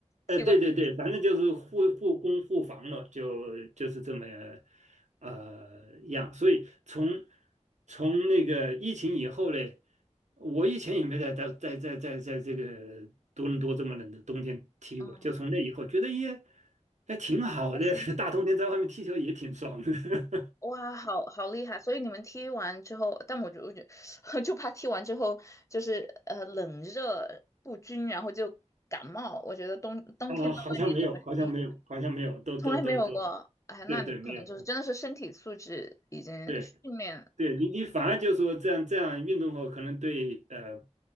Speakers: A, on the left (about 25°); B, on the right (about 75°).
A: 踢过去，
B: 呃，对对对，反正就是互互攻互防了，就就是这么呃样。所以从从那个疫情以后嘞，我以前也没在在在在在在这个多伦多这么冷的冬天踢过，
A: 嗯，
B: 就从那以后觉得也还挺好的，
A: 还行，
B: <laughs> 大冬天在外面踢球也挺爽的。<laughs>
A: 哇，好好厉害！所以你们踢完之后，但我就我就 <laughs> 就怕踢完之后就是呃冷热不均，然后就感冒。我觉得冬冬天到外面就很容易，
B: 哦，好像没有，好像没有，好像没有，都都都都，
A: 从来没有过。哎，那你们可能就是真的是身体素质已经训练
B: 对对，没有，对。对你，你反而就说这样这样运动后，可能对呃